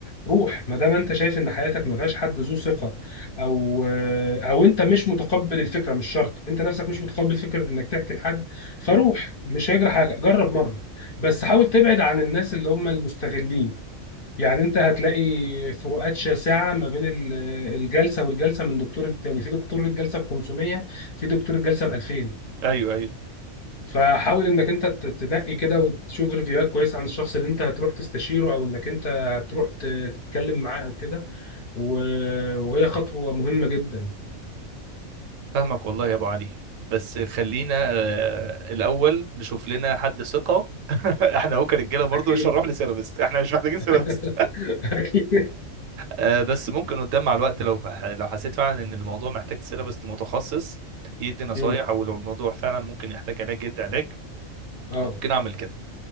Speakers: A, on the left; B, on the right.
A: روح ما دام انت شايف ان حياتك ما فيهاش حد ذو ثقة او آه، او انت مش متقبل الفكرة مش شرط انت نفسك مش متقبل فكرة انك تحكي لحد فروح مش هيجرى حاجة جرب مرة بس حاول تبعد عن الناس اللي هم المستغلين يعني انت هتلاقي فروقات شاسعه ما بين ال- الجلسه والجلسه من دكتور التاني في دكتور الجلسه ب 500 في دكتور الجلسه ب 2000
B: ايوه ايوه
A: فحاول انك انت ت- تنقي كده وتشوف ريفيوهات كويسه عن الشخص اللي انت هتروح تستشيره او انك انت هتروح ت- تتكلم معاه او كده و- وهي خطوه مهمه جدا
B: فاهمك والله يا ابو علي بس خلينا آه، الاول نشوف لنا حد ثقة <laughs> احنا هو كرجاله برضه
A: اكيد
B: مش هنروح لسيرابيست احنا مش محتاجين سيرابيست
A: <laughs> اكيد
B: آه، بس ممكن قدام مع الوقت لو لو حسيت فعلا ان الموضوع محتاج سيرابست متخصص يدي نصايح
A: مم.
B: او لو الموضوع فعلا ممكن يحتاج علاج يدي علاج
A: اه
B: ممكن اعمل كده